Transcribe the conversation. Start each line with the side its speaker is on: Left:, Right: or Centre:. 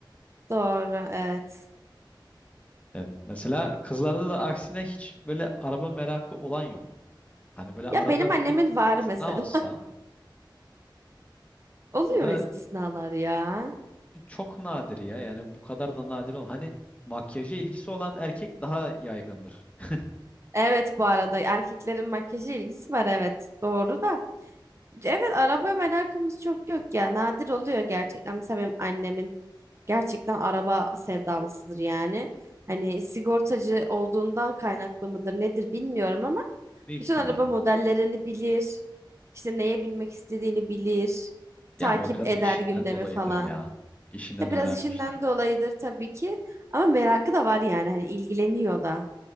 Right: doğru, evet.
Left: Evet, mesela kızlarda da aksine hiç böyle araba merakı olan yok. Hani böyle arada
Right: Ya benim annemin
Left: bir istisna
Right: var mesela.
Left: olsa
Right: <laughs> Oluyor
Left: o da
Right: istisnalar ya.
Left: çok nadir ya. Yani bu kadar da nadir olan. Hani makyaja ilgisi olan erkek daha yaygındır. <laughs>
Right: Evet bu arada erkeklerin makyaja ilgisi var evet. Doğru da. Evet araba merakımız çok yok ya. Nadir oluyor gerçekten. Mesela benim annemin gerçekten araba sevdalısıdır yani. Hani sigortacı olduğundan kaynaklı mıdır nedir bilmiyorum ama
Left: Büyük
Right: bütün
Left: ihtimal.
Right: araba modellerini bilir. İşte neye binmek istediğini bilir. Takip
Left: Ya ama o biraz
Right: eder
Left: işinden
Right: gündemi
Left: dolayıdır
Right: falan.
Left: ya. İşinden
Right: Ya
Left: öğrenmiştir
Right: biraz işinden
Left: o.
Right: dolayıdır tabii ki ama merakı da var yani hani ilgileniyor da.